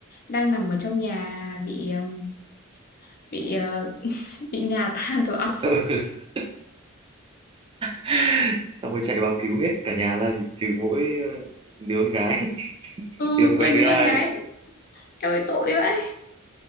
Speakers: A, on the left (about 45°); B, on the right (about 25°).
A: đang nằm ở trong nhà bị ừm, bị ờ, <laughs> bị ngà than tổ ong
B: <laughs> Ừ. xong rồi chạy vào cứu hết cả nhà ra chỉ trừ mỗi ờ, đứa con gái <laughs>
A: ừ
B: đứa con gái
A: quên
B: thứ
A: đứa
B: hai
A: con gái em ơi tội vậy,